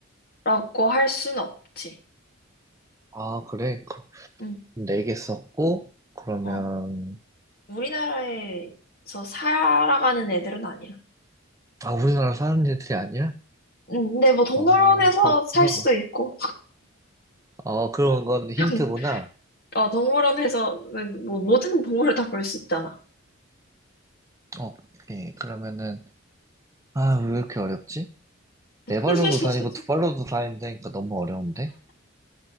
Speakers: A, on the left; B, on the right.
A: 라고 할 순 없지.
B: 아, 그래.
A: 응,
B: 네 개 썼고, 그러면,
A: 어. 우리나라에서 살아가는 애들은 아니야.
B: 아, 우리나라 사는 애들이 아니야?
A: 응. 근데 뭐 동물원에서
B: 어, 그렇구나.
A: 살 수도 있고.
B: 어, 그런 건 힌트구나.
A: <laughs> 어, 동물원에서는 뭐 모든 동물을 다 볼 수 있잖아.
B: 어, 오케이. 그러면은, 아, 왜 이렇게 어렵지? 네 발로도
A: <laughs>
B: 다니고 두 발로도 다닌다니까 너무 어려운데?